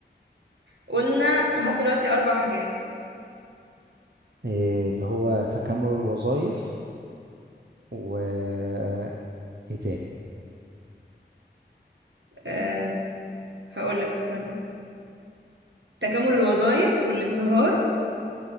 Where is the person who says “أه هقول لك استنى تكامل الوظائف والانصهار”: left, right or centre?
Right